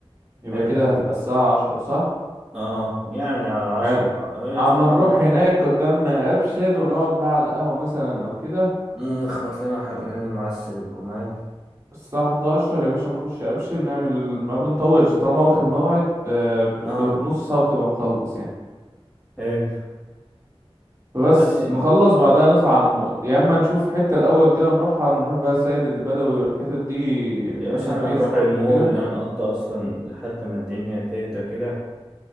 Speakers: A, on the right (about 30°); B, in the centre.
A: يبقى
B: حلو
A: كده هتبقى الساعة عشرة صح
B: اه يعني على عشرة
A: حلو
B: هي
A: اما
B: ساعة
A: نروح
B: ونص
A: هناك قدام ابشر ونقعد بقى على قهوة مثلا او كده
B: مم، اخبط لنا حجرين
A: آه،
B: المعسل والجمال
A: الساعة 11 يا باشا نخش ابشر نعمل ال- ما بنطولش طالما واخد موعد آه، ب-
B: اه
A: ب- نص ساعة بتبقى مخلص يعني
B: حلو
A: فبس
B: طيب
A: نخلص بعدها نطلع على المول يا اما نشوف حتة الاول كده نروحها نروح بقى السيد البدوي والحتت دي
B: يا
A: مثلا
B: باشا انا
A: ايه
B: هنروح
A: الصبح
B: المول
A: كده
B: هنقضي اصلا لحد ما الدنيا تهدى كده